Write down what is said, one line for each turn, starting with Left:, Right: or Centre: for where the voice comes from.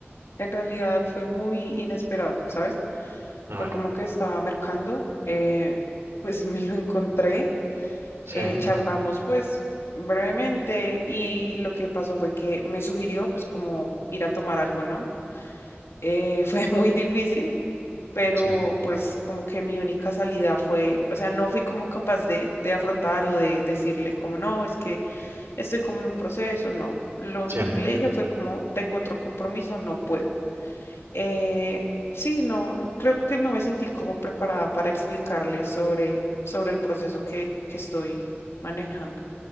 Left: en realidad fue muy inesperado, ¿sabes?
Right: A
Left: fue
Right: ver.
Left: como que estaba mercando, eh, pues <laughs> me lo encontré,
Right: Sí,
Left: eh, charlamos pues brevemente y lo que pasó fue que me sugirió pues como ir a tomar algo, ¿no? Eh, <laughs> fue muy difícil, pero
Right: sí,
Left: pues como que mi única salida fue, o sea, no fui como capaz de, de afrontar o de decirle como no, es que estoy como en un proceso, no, lo único
Right: sí.
Left: que le dije fue como tengo otro compromiso, no puedo. Eh, sí, no, creo que no me sentí como preparada para explicarle sobre, sobre el proceso que, que estoy manejando.